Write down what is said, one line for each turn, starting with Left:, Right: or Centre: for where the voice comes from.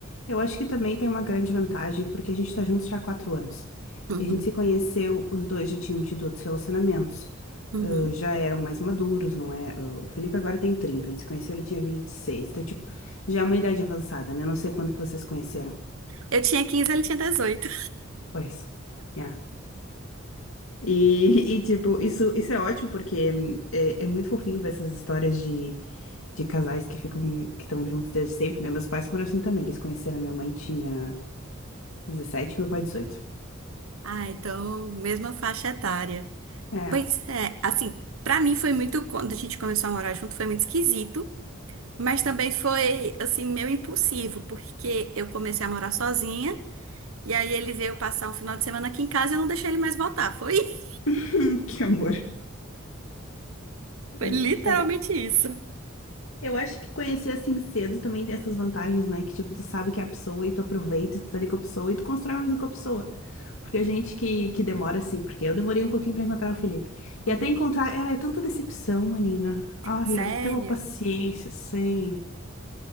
Left: eu acho que também tem uma grande vantagem, porque a gente tá juntos já há quatro anos.
Right: Uhum,
Left: E a gente se conheceu, os dois já tinham tido outros relacionamentos,
Right: uhum.
Left: ah, já eram mais maduros, não é? Ah, o Felipe agora tem 30, a gente se conheceu, ele tinha vinte e seis, Então, tipo, já é uma idade avançada, né? Não sei quando que vocês se conheceram.
Right: Eu tinha 15, ele tinha 18.
Left: Pois. Yeah. E, <laughs> e, tipo, isso, isso é ótimo porque hum, é, é muito fofinho ver essas histórias de, de casais que ficam, que estão juntos desde sempre, né? Meus pais foram assim também, eles conheceram minha mãe tinha 17, meu pai 18.
Right: Ah, então, mesma faixa etária.
Left: É.
Right: Pois é, assim, pra mim foi muito, quando a gente começou a morar junto, foi muito esquisito, mas também foi, assim, meio impulsivo, porque eu comecei a morar sozinha, e aí ele veio passar um final de semana aqui em casa e eu não deixei ele mais voltar. Foi, <laughs>
Left: <laughs> Hum, Que amor.
Right: foi
Left: É,
Right: literalmente
Left: Aí,
Right: isso.
Left: Eu acho que conhecer assim cedo também tem essas vantagens, né? Que tipo, tu sabe que é a pessoa e tu aproveita, e tu tá ali com a pessoa e tu constrói uma vida com a pessoa. Porque a gente que, que demora assim, porque eu demorei um pouquinho pra encontrar o Felipe. E
Right: Uhum.
Left: até encontrar, era é tanta decepção, menina. Ai,
Right: Sério?
Left: era pra ter uma paciência, assim.